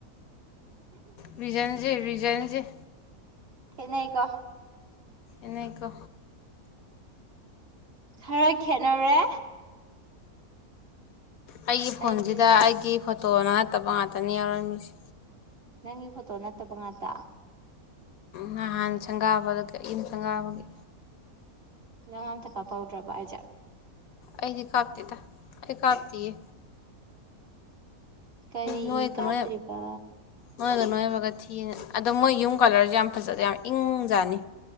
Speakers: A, on the left (about 70°); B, on the right (about 40°).
A: ꯕꯤꯖꯟꯖꯤ ꯕꯤꯖꯟꯖꯤ
B: ꯅ ꯀ
A: ꯏꯅꯦꯀꯣ
B: ꯈꯔ ꯈꯦꯅꯔ
A: ꯑꯩꯒꯤ ꯐꯣꯟꯁꯤꯗ
B: ꯑꯩꯗꯤ
A: ꯑꯩꯒꯤ ꯐꯣꯇꯣꯅ ꯅꯠꯇꯕ ꯉꯥꯛꯇꯅꯤ ꯌꯥꯎꯔꯝꯃꯤꯁꯦ
B: ꯅꯪꯒꯤ ꯐꯣꯇꯣ ꯅꯠꯇꯕ ꯉꯥꯛꯇ
A: ꯅꯍꯥꯟ ꯁꯪꯒꯥꯕ ꯑꯗꯨꯒ ꯑꯏꯩꯅ ꯁꯪꯒꯥꯕꯒꯤ
B: ꯅꯪ ꯑꯝꯇ ꯀꯥꯞꯍꯧꯗ꯭ꯔꯕ ꯑꯩꯁꯦ
A: ꯑꯩꯗꯤ ꯀꯥꯞꯇꯗ ꯑꯩ ꯀꯥꯞꯇꯌꯦ
B: ꯀꯔꯤ
A: ꯅꯣꯏꯒ
B: ꯀꯥꯞꯇ꯭ꯔꯤꯔꯤꯕ
A: ꯅꯣꯏ ꯅꯣꯏꯒ ꯅꯣꯏꯕꯒ ꯊꯤꯅ ꯑꯗꯣ ꯃꯣꯏ ꯌꯨꯝ ꯀꯂꯔꯁꯦ ꯌꯥꯝ ꯐꯖꯗ ꯌꯥꯝ ꯏꯪꯖꯥꯅꯤ